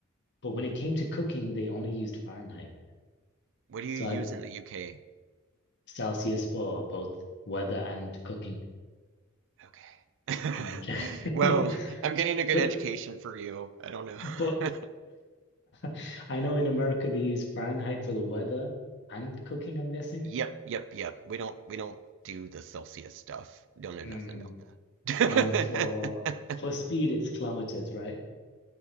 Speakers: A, on the left (about 55°); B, on the right (about 60°).
A: but when it came to cooking, they only used Fahrenheit.
B: What do you
A: So
B: use
A: I,
B: in the UK?
A: Celsius for both weather and cooking
B: Okay.
A: temperature.
B: <laughs>
A: <laughs>
B: Well,
A: Yeah.
B: I'm getting a good
A: But
B: education for you. I don't know.
A: but
B: <laughs>
A: <laughs> I know in America they use Fahrenheit for the weather and cooking, I'm guessing.
B: Yep, yep, yep. We don't we don't do the Celsius stuff. Don't know
A: Mm.
B: nothing about that.
A: And for for speed, it's kilometers, right?